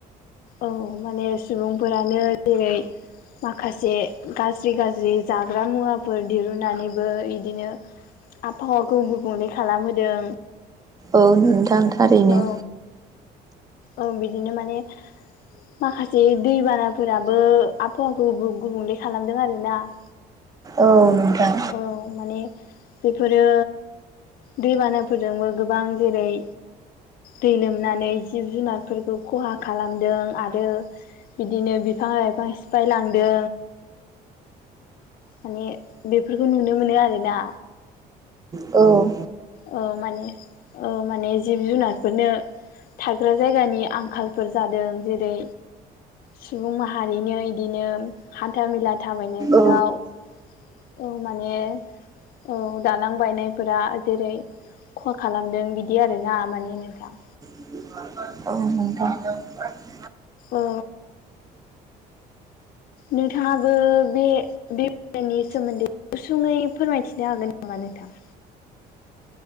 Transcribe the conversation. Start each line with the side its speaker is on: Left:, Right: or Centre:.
Left: औ माने सुबुंफोरानो जेरै माखासे गाज्रि गाज्रि जाग्रा मुवाफोर दिरुनानैबो इदिनो आबहावाखौ गुबुंले खालामहोदों।
Right: औ नोंथां थारैनो
Left: औ औ बिदिनो माने माखासे दैबानाफोराबो आबहावाखौ गु-गुबुंले खालामदों आरो ना <inaudible>
Right: औ नोंथां
Left: औ माने बेफोरो दैबानाफोरजोंबो गोबां जेरै दै लोमनानै जिब-जुनारफोरखौ खहा खालामदों आरो बिदिनो बिफां-लाइफां सिफाय लांदों। माने बेफोरखौ नुनो मोनो आरोना
Right: औ
Left: औ माने औ माने जिब-जुनारफोरनो थाग्रा जायगानि आंखालफोर जादों जेरै सुबुं माहारिनो इदिनो हान्था मेला थाबायनायफोराव
Right: औ
Left: औ माने औ दालां बायनायफोरा जेरै खहा खालामदों बिदि आरो ना माने नोंथां
Right: <inaudible>
Left: औ नोंथाङाबो बे बेनि सोमोन्दै गुसुङै फोरमायथिनो हागोन नामा नोंथां?